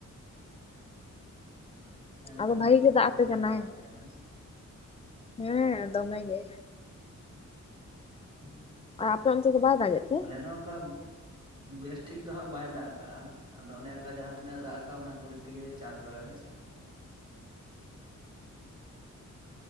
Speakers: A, on the right (about 15°); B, on the left (about 20°).
A: ᱮᱱᱠᱷᱟᱱ
B: ᱟᱫᱚ ᱵᱷᱟᱜᱮ
A: ᱫᱚ
B: ᱜᱮ ᱫᱟᱜ
A: ᱫᱚ
B: ᱟᱯᱮ
A: ᱫᱚᱢᱮ
B: ᱠᱟᱱᱟᱭ᱾
A: ᱟᱯᱮ ᱠᱟᱱᱟ ᱦᱮᱸ ᱥᱮ
B: ᱦᱮᱸ ᱫᱚᱢᱮ ᱜᱮ᱾
A: ᱦᱩᱸ,
B: ᱟᱨ ᱟᱯᱮ ᱚᱱᱛᱮ ᱫᱚ ᱵᱟᱭ ᱫᱟᱜᱮᱫ ᱛᱮ?
A: ᱟᱞᱮ ᱫᱚ ᱚᱱᱠᱟᱼᱼ ᱵᱮᱥᱴᱷᱤᱠ ᱫᱚ ᱦᱟᱹᱜ ᱵᱟᱭ ᱫᱟᱜ ᱟᱠᱟᱜᱼᱟ᱾ ᱟᱫᱚ ᱚᱱᱮ ᱚᱱᱠᱟ ᱡᱟᱦᱟᱸ ᱛᱤᱱᱟᱹᱜ ᱫᱟᱜ ᱟᱠᱟᱫ᱾ ᱚᱱᱟ ᱠᱩᱞᱦᱤ ᱛᱮᱜᱮ ᱪᱟᱥ ᱫᱟᱞᱮ ᱦᱳᱭ ᱥᱮ᱾